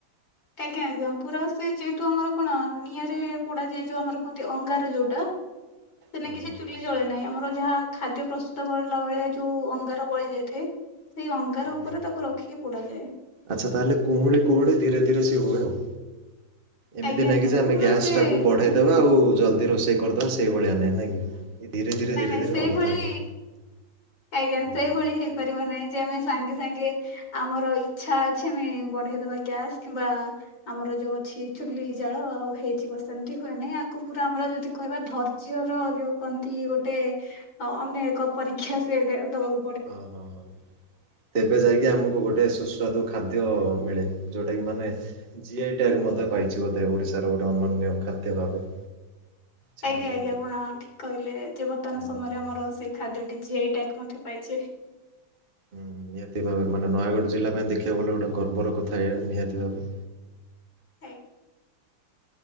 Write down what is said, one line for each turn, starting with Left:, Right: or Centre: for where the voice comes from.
Left: ଆଜ୍ଞା ଆଜ୍ଞା ପୁରା ସେ ଯେହେତୁ ଆମର କଣ ନିଆଁରେ ପୋଡା ଯାଏ ଯୋଉ ଆମର କୁହନ୍ତି ଅଙ୍ଗାର ଯୋଉଟା। ସେନା
Right: ହଁ
Left: କି ସେ
Right: ହଁ
Left: ଚୁଲି
Right: ହଁ
Left: ଜଳେ ନାହିଁ, ଆମର ଯାହା ଖାଦ୍ୟ ପ୍ରସ୍ତୁତ କଲା ବେଳେ ଯୋଉ ଅଙ୍ଗାର ବଳି ଯାଇଥାଏ। ସେଇ ଅଙ୍ଗାର
Right: ହଁ
Left: ଉପରେ
Right: ହଁ ହଁ।
Left: ତାକୁ ରଖିକି ପୋଡାଯାଏ।
Right: ଆଚ୍ଛା ତାହେଲେ କୁହୁଳି କୁହୁଳି ଧୀରେ ଧୀରେ ସେ ହୁଏ ଆଉ। ଏମିତି
Left: ଆଜ୍ଞା
Right: ନାଇଁ
Left: ଆଜ୍ଞା
Right: କି ଯେ ଆମେ
Left: ପୁରା
Right: ଗ୍ୟାସ୍
Left: ସେ
Right: ଟାକୁ ବଢେଇଦବା
Left: କୁହୁଳିକି ହବ।
Right: ଆଉ ଜଲଦି ରୋଷେଇ କରିଦବା। ସେଇଭଳିଆ ନାହିଁ ନାଇଁ କି। ଏ ଧୀରେ ଧୀରେ
Left: ନାଇଁ
Right: ଧୀରେ
Left: ନାଇଁ
Right: ଧୀରେ
Left: ସେଇଭଳି
Right: ହବ ତାହେଲେ।
Left: ଆଜ୍ଞା
Right: ଓହୋ
Left: ସେଇଭଳି ହେଇପାରିବ ନାହିଁ। ଯେ ଆମେ ସାଙ୍ଗେ ସାଙ୍ଗେ ଆମର ଇଚ୍ଛା ଅଛି ଆମେ ବଢେଇଦବା। ଗ୍ୟାସ୍ କିମ୍ବା ଆମର ଯୋଉ ଅଛି ଚୁଲି ଜାଳ ଆଉ ହେଇଜିବ, ସେମିତି ହୁଏ ନାହିଁ ଆକୁ ପୁରା ଆମର ଯଦି କହିବା ଧୈର୍ଯ୍ୟ ର ଯୋଉ କୁହନ୍ତି ଗୋଟେ ଓ ଅନେ ଏକ ପରୀକ୍ଷା ସେ ଦେ ଦବା ଗୋ
Right: ହଁ ହଁ ହଁ ତେବେ ଯାଇକି ଆମକୁ ଗୋଟେ ସୁସ୍ୱା ସୁସ୍ୱାଦୁ ଖାଦ୍ୟ ମିଳେ ଯୋଉଟା କି ମାନେ ଜି ଆଇ ଟ୍ୟାଗ ମଧ୍ଯ ପାଇଛି ବୋଧେ ଓଡିଶାର ଗୋଟେ ଅନ୍ୟନ୍ୟ ଖାଦ୍ୟ ଭାବେ। ଛେନାପୋଡଟି।
Left: ଆଜ୍ଞା ଆଜ୍ଞା ଆପଣ ଠିକ କହିଲେ ଯେ ବର୍ତ୍ତମାନ
Right: ହଁ
Left: ସମୟରେ
Right: ହଁ
Left: ଆମର
Right: ହଁ
Left: ସେ ଖାଦ୍ୟଟି ଜି ଆଇ ଟ୍ୟାଗ୍ ମଧ୍ୟ ପାଇଚି।
Right: ହୁଁ ନିହାତି ଭାବେ ମାନେ ନୟାଗଡ଼ ଜିଲ୍ଲା ପାଇଁ ଦେଖିବାକୁ ଗଲେ ଗୋଟେ ଗର୍ବର କଥା ଏହା ନିହାତି ଭାବେ।
Left: ଆଜ୍ଞା।